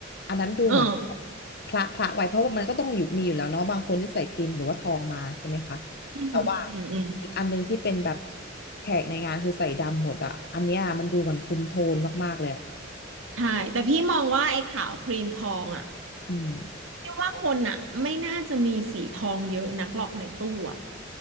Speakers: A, on the left; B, on the right.
A: อันนั้นดูเหมือน
B: เออ
A: คละคละไว้เพราะว่ามันก็ต้องอยู่มีอยู่แล้วเนาะบางคนที่ใส่ครีมหรือว่าทองมาใช่ไหมคะ
B: อืมอืมอืมอืม
A: แต่ว่าอีกอันหนึงที่เป็นแบบแขกในงานคือใส่ดำหมดอ่ะอันเนี้ยมันดูเหมือนคุมโทนมากๆเลยอ่ะ
B: ใช่แต่พี่มองว่าไอ้ขาวครีมทองอ่ะ
A: อืม
B: พี่ว่าคนอ่ะไม่น่าจะมีสีทองเยอะนักหรอกในตู้อ่ะ